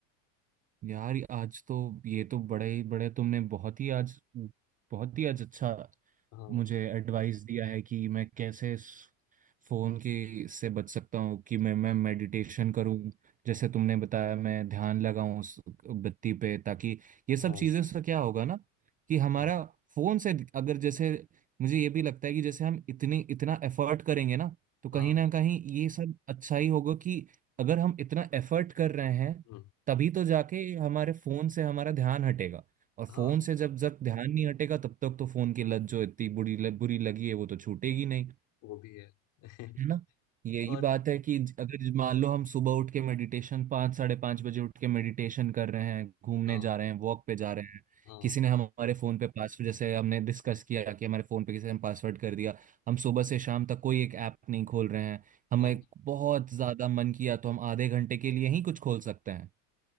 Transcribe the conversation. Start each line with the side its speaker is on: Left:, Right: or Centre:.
Right: यार आज तो ये तो बड़े ही बड़े तुमने बहुत ही आज बहुत ही आज अच्छा
Left: हाँ
Right: मुझे एडवाइस दिया है कि मैं कैसे इस फोन की से बच सकता हूँ कि मैं मैं
Left: हाँ
Right: मेडिटेशन करूँ जैसे तुमने बताया मैं ध्यान लगाऊं उस बत्ती पे ताकि ये सब
Left: हाँ
Right: चीज़ें से क्या होगा ना कि
Left: हम्म,
Right: हमारा फोन से अगर जैसे मुझे ये भी लगता है कि जैसे हम इतनी इतना एफर्ट करेंगे ना तो कहीं
Left: हाँ
Right: ना कहीं ये सब अच्छा ही होगा कि अगर हम इतना एफर्ट कर रहे हैं
Left: हम्म।
Right: तभी तो जाके हमारे फोन से हमारा ध्यान हटेगा और फोन
Left: हाँ
Right: से जब तक ध्यान नहीं हटेगा तब तक तो फोन की लत जो इतनी बुरी ल, बुरी लगी है वो तो छूटेगी नहीं
Left: वो भी है <laughs>
Right: है ना यही
Left: और
Right: बात है कि ज- अगर मान
Left: हम्म,
Right: लो हम सुबह उठ के मेडिटेशन पाँच साढ़े पाँच बजे उठ के मेडिटेशन कर रहे हैं घूमने
Left: हाँ
Right: जा रहे हैं वॉक पे जा रहे हैं
Left: हाँ
Right: किसी ने हमारे फोन पे पासवर्ड जैसे हमने डिस्कस किया कि हमारे फोन पे किसी ने पासवर्ड कर दिया हम सुबह से शाम तक कोई एक ऐप नहीं खोल रहे हैं हमें
Left: हाँ
Right: बहुत ज्यादा मन किया तो हम आधे घंटे के लिए ही कुछ खोल सकते हैं